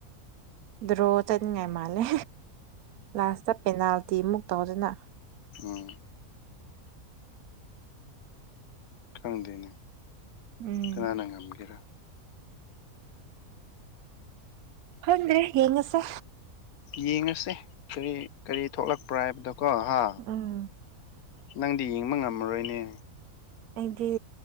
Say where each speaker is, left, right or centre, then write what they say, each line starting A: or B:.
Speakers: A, on the right; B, on the left.
A: ꯗ꯭ꯔꯣ ꯆꯠꯅꯤꯡꯉꯥꯏ ꯃꯥꯜꯂꯦ ꯂꯥꯁꯇ ꯄꯦꯅꯥꯜꯇꯤꯃꯨꯛ ꯇꯧꯗꯅ
B: ꯎꯝ ꯈꯪꯗꯦꯅ
A: ꯎꯝ
B: ꯀꯅꯥ ꯅ ꯀꯥꯒꯦꯔꯥ
A: ꯈꯗ꯭ꯔꯔꯤ ꯌꯦꯉꯁꯦ
B: ꯌꯦꯡꯉꯁꯦ ꯀꯔꯤ ꯀꯔꯤ ꯊꯣꯛꯂꯛꯄ꯭ꯔꯥ ꯍꯥꯏꯕꯗꯣꯀꯣ ꯍꯥ
A: ꯎꯝ
B: ꯅꯪꯗꯤ ꯌꯦꯡꯕ ꯉꯝꯃꯔꯣꯏꯅꯦ
A: ꯑꯩꯗꯤ